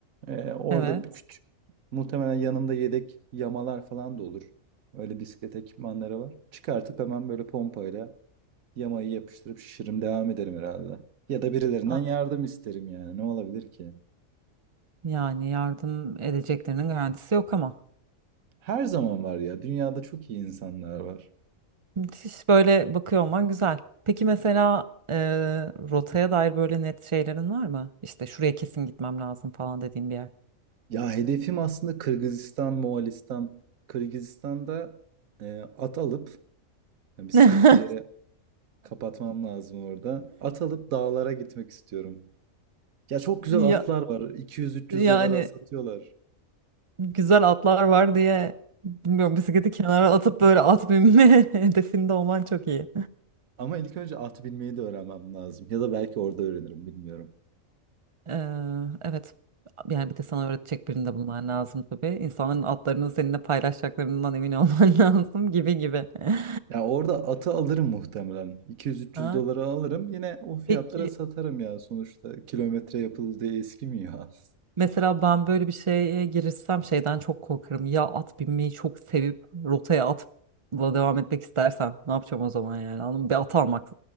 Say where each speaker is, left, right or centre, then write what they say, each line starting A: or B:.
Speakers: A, on the right; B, on the right.
A: Ee, orada
B: evet.
A: bir küçük muhtemelen yanımda yedek yamalar falan da olur. Öyle bisiklet ekipmanları var. Çıkartıp hemen böyle pompayla yamayı yapıştırıp şişirim devam ederim herhalde. Ya da birilerinden
B: A-
A: yardım isterim yani ne olabilir ki?
B: Yani yardım edeceklerinin garantisi yok ama.
A: Her zaman var ya. Dünyada çok iyi insanlar var.
B: Müthiş böyle bakıyor olman güzel. Peki mesela e, rotaya dair böyle net şeylerin var mı? İşte şuraya kesin gitmem lazım falan dediğim bir yer.
A: Ya hedefim aslında Kırgızistan, Moğolistan. Kırgızistan'da e, at alıp yani bisikleti
B: <laughs>
A: bir yere kapatmam lazım orada. At alıp dağlara gitmek istiyorum. Ya çok güzel
B: Ya,
A: atlar var. 200-300
B: yani
A: dolara satıyorlar.
B: güzel atlar var diye bilmiyorum bisikleti kenara atıp böyle at binme <laughs> hedefinde olman çok iyi.
A: Ama ilk önce at binmeyi de öğrenmem lazım. Ya da belki orada öğrenirim bilmiyorum.
B: Ee, evet. Yani bir de sana öğretecek birini de bulman lazım tabii. İnsanların atlarını seninle paylaşacaklarından emin olman <laughs> lazım gibi gibi. <laughs>
A: Ya orada atı alırım muhtemelen. 200-300
B: Ha,
A: dolara alırım. Yine o fiyatlara
B: Peki
A: satarım ya. Sonuçta kilometre yapıldı diye eskimiyor at.
B: Mesela ben böyle bir şeye girişsem şeyden çok korkarım. Ya at binmeyi çok sevip rotaya atla devam etmek istersen ne yapacağım o zaman yani? Anladın mı? Bir at almak